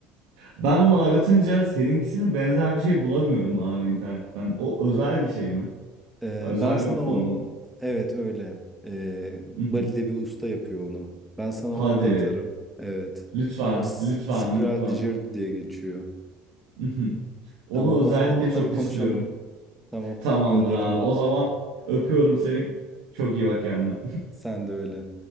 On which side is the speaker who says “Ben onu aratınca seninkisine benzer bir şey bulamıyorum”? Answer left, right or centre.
Right